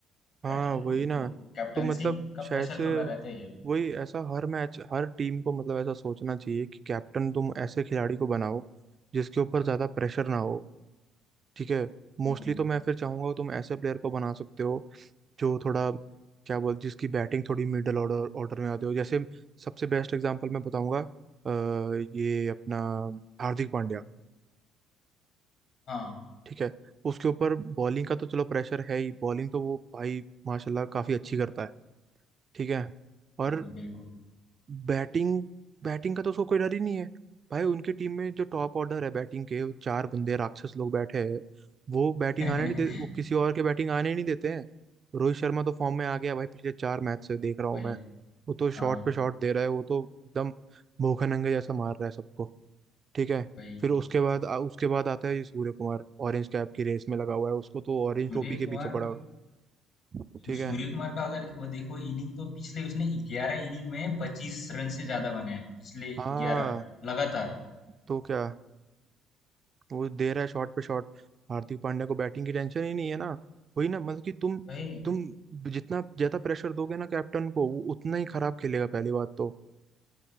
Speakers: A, on the right; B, on the left.
A: हाँ
B: बैट्समैन
A: वही
B: को
A: ना
B: वो कैप्टेंसी
A: तो मतलब
B: का
A: शायद
B: प्रेशर
A: से
B: थोड़ा रहता ही है
A: वही ऐसा हर मैच हर टीम को मतलब ऐसा सोचना चाहिए कि कैप्टन तुम ऐसे खिलाड़ी को बनाओ जिसके ऊपर ज्यादा प्रेशर ना हो ठीक है मोस्टली
B: हम्म,
A: तो मैं फिर चाहूंगा तुम ऐसे प्लेयर को बना सकते हो जो थोड़ा क्या बोल जिसकी बैटिंग थोड़ी मिडल ऑर्डर ऑर्डर में आती हो जैसे सबसे बेस्ट एग्जांपल मैं बताऊंगा अ, ये अपना हार्दिक पांड्या
B: हाँ
A: ठीक है उसके ऊपर बॉलिंग का तो चलो प्रेशर है ही बॉलिंग तो वो भाई माशाल्लाह काफी अच्छी करता है ठीक है और
B: बिल्कुल बिल्कुल
A: बैटिंग बैटिंग का तो उसको कोई डर ही नहीं है भाई उनकी टीम में जो टॉप ऑर्डर है बैटिंग के वो चार बंदे राक्षस लोग बैठे हैं वो बैटिंग
B: <laughs>
A: आने नहीं दे वो किसी और के बैटिंग आने ही नहीं देते हैं रोहित शर्मा तो फॉर्म में आ गया भाई पिछले चार मैच से देख रहा हूँ
B: वही
A: मैं वो तो शॉट
B: हाँ
A: पे शॉट दे रहा है वो तो एकदम भूखे नंगे जैसा मार रहा है सबको ठीक है
B: वही
A: फिर उसके बाद आ, उसके बाद आता है ये सूर्य कुमार ऑरेंज कैप की रेस में लगा हुआ है उसको तो ऑरेंज
B: सूर्य
A: टोपी के पीछे
B: कुमार
A: पड़ा
B: को
A: हुआ है। ठीक
B: तो सूर्य
A: है
B: कुमार का अगर वो देखो इनिंग तो पिछले उसने 11 इनिंग में 25 रन से ज्यादा बनाए हैं, पिछले
A: हाँ
B: 11 लगातार
A: तो क्या वो दे रहा है शॉट पे शॉट हार्दिक पांड्या को बैटिंग की टेंशन ही नहीं है ना वही ना मतलब कि तुम
B: वही
A: तुम जितना ज्यादा प्रेशर दोगे ना कैप्टन को वो उतना ही खराब खेलेगा पहली बात तो